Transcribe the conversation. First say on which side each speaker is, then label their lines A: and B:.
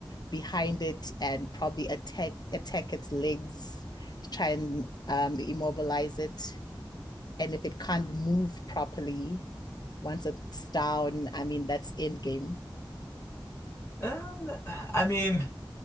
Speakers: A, on the left; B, on the left.
A: behind it and probably attack attack its legs to try and um, immobilize it and if it can't move properly, once it's down, I mean, that's end game.
B: Uh, I mean.